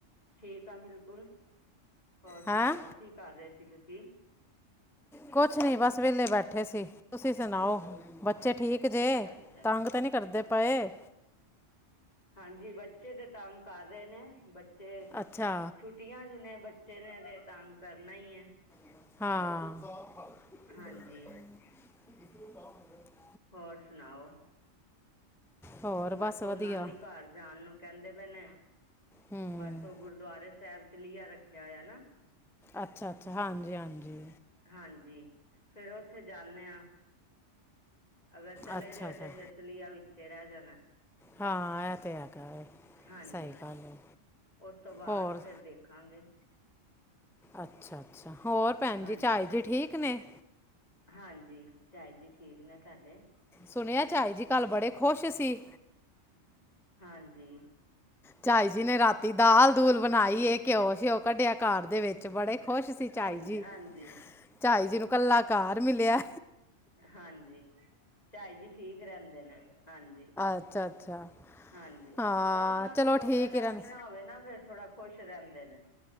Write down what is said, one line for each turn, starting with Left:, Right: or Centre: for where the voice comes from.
Left: ਠੀਕ ਆ ਬਿਲਕੁਲ ਹੋਰ
Centre: ਹੈਂ
Left: ਸੁਣਾਓ? ਕੀ ਕਰ ਰਹੇ ਸੀ ਤੁਸੀਂ
Centre: ਕੁਛ ਨਹੀਂ ਬਸ ਵੇਹਲੇ ਬੈਠੇ ਸੀ। ਤੁਸੀਂ ਸੁਣਾਓ ਬੱਚੇ
Left: ਅੱਛਾ
Centre: ਠੀਕ ਜੇ
Left: ਅੱਛਾ
Centre: ਤੰਗ
Left: ਜੀ
Centre: ਤਾਂ ਨਹੀਂ ਕਰਦੇ ਪਏ।
Left: ਹਾਂਜੀ ਬੱਚੇ ਤੇ ਤੰਗ ਕਰ ਰਹੇ ਨੇ ਬੱਚੇ
Centre: ਅੱਛਾ
Left: ਛੁੱਟੀ ਤੀਆਂ ਜੁਨੇ ਬੱਚੇ ਨੇ ਤੇ ਤੰਗ ਕਰਨਾ ਹੀ ਹੈ।
Centre: ਹਾਂ।
Left: ਹਾਂਜੀ ਹੋਰ ਸੁਣਾਓ?
Centre: ਹੋਰ
Left: ਬਸ ਉਹ
Centre: ਵਧੀਆ
Left: ਨਾਨੀ ਘਰ ਜਾਣ ਨੂੰ ਕਹਿੰਦੇ ਭੈਨ
Centre: ਹੂੰ
Left: ਬਸ ਉਹ ਗੁਰਦੁਆਰੇ ਸਾਹਿਬ ਚ ਲੀਆ ਰੱਖਿਆ ਹੋਇਆ ਨਾ।
Centre: ਅੱਛਾ ਅੱਛਾ, ਹਾਂਜੀ ਹਾਂਜੀ।
Left: ਹਾਂਜੀ ਫਿਰ ਉੱਥੇ ਜਾਂਦੇ ਹਾਂ। ਅਗਰ ਚਲੇ
Centre: ਅੱਛਾ
Left: ਗਏ
Centre: ਅੱਛਾ
Left: ਤੇ ਫਿਰ ਚਲੀਆ ਵਿੱਚੇ ਰਹਿ ਜਾਣਾ।
Centre: ਹਾਂ ਇਹ ਤਾਂ ਹੈਗਾ ਹੈ
Left: ਹਾਂਜੀ
Centre: ਸਹੀ ਗੱਲ ਹੈ,
Left: ਉਸ ਤੋਂ ਬਾਅਦ
Centre: ਹੋਰ?
Left: ਫਿਰ ਦੇਖਾਂਗੇ।
Centre: ਅੱਛਾ ਅੱਛਾ ਹੋਰ ਭੈਣ
Left: ਹਾਂਜੀ
Centre: ਜੀ ਝਾਈ ਜੀ ਠੀਕ ਨੇ।
Left: ਹਾਂਜੀ ਝਾਈ ਜੀ ਠੀਕ ਨੇ ਸਾਡੇ।
Centre: ਸੁਣਿਆ ਝਾਈ ਜੀ ਕੱਲ ਬੜੇ ਖ਼ੁਸ਼ ਸੀ।
Left: ਹਾਂਜੀ।
Centre: ਝਾਈ ਜੀ ਨੇ ਰਾਤੀ ਦਾਲ ਦੂਲ ਬਣਾਈ ਇਹ ਘਿਓ ਸਿਓ ਕੱਢਿਆ ਘ ਦੇ ਵਿੱਚ ਬੜੇ ਖੁਸ਼ ਸੀ। ਝਾਈ
Left: ਹਾਂਜੀ
Centre: ਜੀ
Left: ਹਾਂਜੀ।
Centre: ਝਾਈ ਜੀ ਨੂੰ ਕਲਾ ਘਰ ਮਿਲਿਆ।
Left: ਹਾਂਜੀ, ਝਾਈ ਜੀ ਠੀਕ ਰੈਂਦੇ ਨੇ, ਹਾਂਜੀ,
Centre: ਅੱਛਾ ਅੱਛਾ
Left: ਹਾਂਜੀ
Centre: ਹਾਂ
Left: ਓ ਓਨਾਂ
Centre: ਚਲੋ
Left: ਨੂੰ ਟੋਕਾ
Centre: ਠੀਕ
Left: ਟਾਕੀ
Centre: ਹੀ ਰਹਿਣ
Left: ਨਾ ਹੋਵੇ ਨਾ ਫਿਰ ਥੋੜਾ ਖੁਸ਼ ਰੈਂਦੇ ਨੇ।